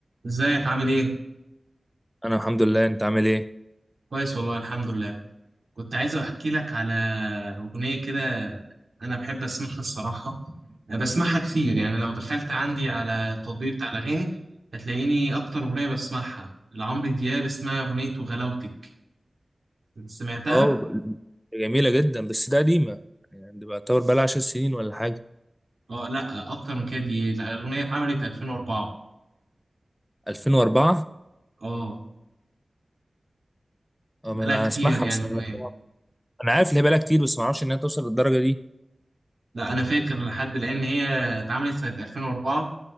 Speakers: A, on the right; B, in the centre.
A: ازيك عامل ايه؟
B: انا الحمد لله انت عامل ايه
A: كويس والله الحمد لله كنت عايز احكي لك على اغنية كده انا بحب اسمعها الصراحة بسمعها كتير يعني لو دخلت عندي على التطبيق بتاع الاغاني هتلاقيني اكتر اغنية بسمعها لعمرو دياب اسمها اغنية وغلاوتك سمعتها؟
B: اه جميله جدا بس ده قديمه يعني دي بعتبر بقى لها 10 سنين ولا حاجه
A: اه لا اكتر من كده دي لا، الاغنية اتعملت 2004
B: 2004
A: اه
B: اه
A: بقالها
B: ما انا
A: كتير
B: اسمعها
A: يعني
B: بس انا
A: الاغنية
B: أنا عارف ان هي بقى لها كتير بس ما اعرفش انها توصل للدرجه دي
A: لا انا فاكر لحد الان ان هي اتعملت سنة 2004